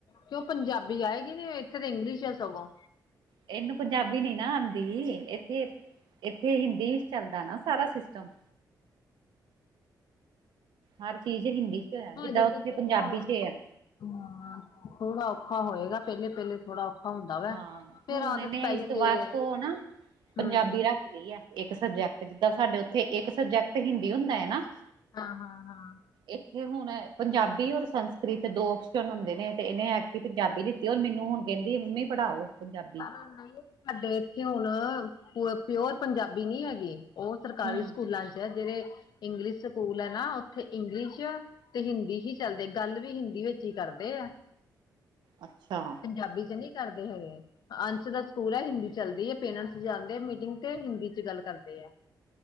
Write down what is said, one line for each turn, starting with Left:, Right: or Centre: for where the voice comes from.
Left: ਕਿਉਂ ਪੰਜਾਬੀ ਆਏਗੀ ਨੀ ਏਥੇ ਤੇ ਇੰਗਲਿਸ਼ ਹੈ ਸਗੋਂ।
Right: ਇਹਨੂੰ ਪੰਜਾਬੀ ਨੀ ਨਾ ਆਦੀ ਇੱਥੇ ਇੱਥੇ ਹਿੰਦੀ ਚੱਲਦਾ ਨਾ ਸਾਰਾ ਸਿਸਟਮ। ਹਰ ਚੀਜ਼ ਹਿੰਦੀ 'ਚ ਹੈ ਜਿੱਦਾਂ
Left: ਹਜੇ
Right: ਉੱਥੇ
Left: ਤਾਂ ਚਲੋ
Right: ਪੰਜਾਬੀ 'ਚ ਐ।
Left: ਹਾਂ ਥੋੜਾ ਔਖਾ ਹੋਏਗਾ ਪਹਿਲੇ-ਪਹਿਲੇ ਥੋੜਾ ਔਖਾ ਹੁੰਦਾ ਵਾ
Right: ਹਾਂ
Left: ਫੇਰ
Right: ਹੁਣ
Left: ਆਦਤ
Right: ਇਹਨੇ
Left: ਪੈ
Right: ਇਸ
Left: ਜਾਂਦੀ
Right: ਵਸ
Left: ਹੈ
Right: ਤੋਂ ਨਾ ਪੰਜਾਬੀ
Left: ਹਮ
Right: ਰੱਖ ਲਈ ਐ। ਇੱਕ ਸਬਜੈਕਟ ਜਿੱਦਾਂ ਸਾਡੇ ਉੱਥੇ ਇੱਕ ਸਬਜੈਕਟ ਹਿੰਦੀ ਹੁੰਦਾ ਹੈ ਨਾ।
Left: ਹਾਂ ਹਾਂ ਹਾਂ।
Right: ਇੱਥੇ ਹੁਣ ਪੰਜਾਬੀ ਔਰ ਸੰਸਕ੍ਰਿਤ ਦੋ ਓਪਸ਼ਨ ਹੁੰਦੇ ਨੇ ਤੇ ਇਹਨੇ ਐਕਟਿਵ ਪੰਜਾਬੀ ਦਿੱ ਤੇ ਉਹ ਮੈਨੂੰ ਹੁਣ ਕਹਿੰਦੀ ਆ ਮੰਮੀ ਪੜ੍ਹਾਓ। ਪੰਜਾਬੀ
Left: ਪਰ ਨਹੀਂ ਸਾਡੇ ਇੱਥੇ ਹੁਣ ਪਿਓਰ ਪੰਜਾਬੀ ਨਹੀਂ ਹੈਗੀ। ਉਹ ਸਰਕਾਰੀ
Right: ਹਮ
Left: ਸਕੂਲਾਂ ਚ ਜਿਹੜੇ ਇੰਗਲਿਸ਼ ਸਕੂਲ ਹੈ ਨਾ ਉੱਥੇ ਇੰਗਲਿਸ਼ ਤੇ ਹਿੰਦੀ ਹੀ ਚੱਲਦੇ ਗੱਲ ਵੀ ਹਿੰਦੀ ਵਿੱਚ ਹੀ ਕਰਦੇ ਆ
Right: ਅੱਛਾ!
Left: ਪੰਜਾਬੀ ਚ ਨਹੀ ਕਰਦੇ ਹੈਗੇ? ਅੰਸ਼ ਦਾ ਸਕੂਲ ਹੈ ਹਿੰਦੀ ਚਲਦੀ ਹੈ ਪੇਰੈਂਟਸ ਜਾਂਦੇ ਮੀਟਿੰਗ ਤੇ ਹਿੰਦੀ 'ਚ ਗੱਲ ਕਰਦੇ ਆ।